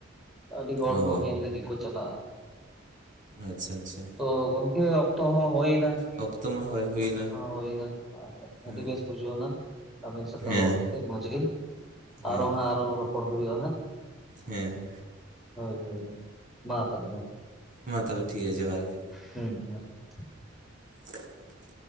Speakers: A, in the centre; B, on the right.
A: ᱟᱹᱰᱤ ᱦᱚᱲ
B: ᱚ
A: ᱠᱚ ᱧᱮᱞ ᱞᱟᱹᱜᱤᱫ ᱠᱚ ᱪᱟᱞᱟᱜᱼᱟ, ᱦᱮᱸ᱾
B: ᱟᱪᱷᱟ ᱟᱪᱷᱟ᱾
A: ᱛᱚ ᱜᱚᱝᱠᱮ ᱚᱠᱛᱚ ᱦᱚᱸ ᱦᱳᱭᱱᱟ᱾
B: ᱚᱠᱛᱚ ᱢᱟ ᱦᱚᱭ ᱦᱩᱭᱱᱟ᱾
A: ᱦᱚᱸ ᱦᱩᱭᱱᱟ
B: ᱦᱮᱸ
A: ᱟᱹᱰᱤ ᱵᱮᱥ ᱵᱩᱡᱷᱟᱹᱣ ᱱᱟ ᱟᱵᱮᱱ ᱥᱟᱛᱮ
B: ᱦᱮᱸ
A: ᱨᱚᱲ ᱠᱟᱛᱮᱜ ᱢᱚᱸᱡᱽ ᱜᱮ᱾
B: ᱦᱮᱸ
A: ᱟᱨᱚ ᱦᱟᱸ ᱟᱨᱚ ᱨᱚᱯᱚᱲ ᱦᱩᱭᱩᱜᱼᱟ ᱦᱟᱸᱜ᱾
B: ᱦᱮᱸ᱾
A: ᱦᱳᱭ ᱦᱳᱭ ᱦᱳᱭ ᱢᱟ ᱛᱚᱵᱮ ᱜᱚᱝᱠᱮ᱾
B: ᱢᱟ ᱛᱚᱵᱮ ᱴᱷᱤᱠ ᱜᱮᱭᱟ ᱡᱚᱦᱟᱨ ᱜᱮ᱾
A: ᱦᱮᱸ ᱡᱚᱦᱟᱨ ᱜᱚᱝᱠᱮ᱾
B: <inaudible>